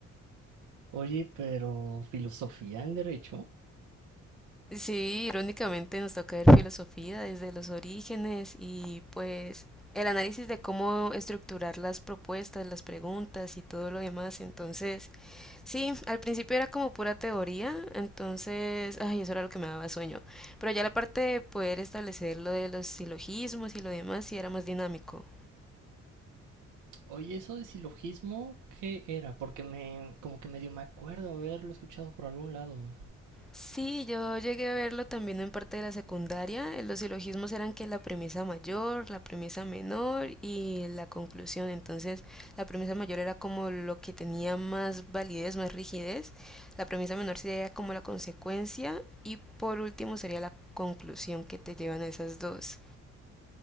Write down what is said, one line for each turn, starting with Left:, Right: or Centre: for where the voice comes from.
Right: Oye, pero filosofía en derecho.
Centre: Sí, irónicamente nos toca ver filosofía desde los orígenes y pues el análisis de cómo estructurar las propuestas, las preguntas y todo lo demás. Entonces, sí, al principio era como pura teoría, entonces, ay, eso era lo que me daba sueño. Pero ya la parte de poder establecer lo de los silogismos y lo demás sí era más dinámico.
Right: Oye, eso de silogismo, ¿qué era? Porque me, como que medio me acuerdo haberlo escuchado por algún lado.
Centre: Sí, yo llegué a verlo también en parte de la secundaria. eh, Los silogismos eran que la premisa mayor, la premisa menor y la conclusión. Entonces, la premisa mayor era como lo que tenía más validez, más rigidez. La premisa menor sería como la consecuencia y por último sería la conclusión que te llevan a esas dos.